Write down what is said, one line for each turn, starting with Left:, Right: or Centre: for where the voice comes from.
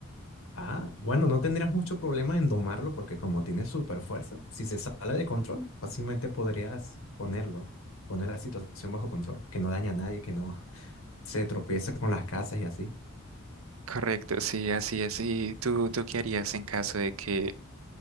Left: Ah, bueno, no tendrías mucho problema en domarlo porque como tiene superfuerza, si se sale de control, fácilmente podrías ponerlo, poner la situación bajo control, que no daña a nadie, que no <laughs> se tropiece con las casas y así.
Right: Correcto, sí, así es. ¿Y tú, tú qué harías en caso de que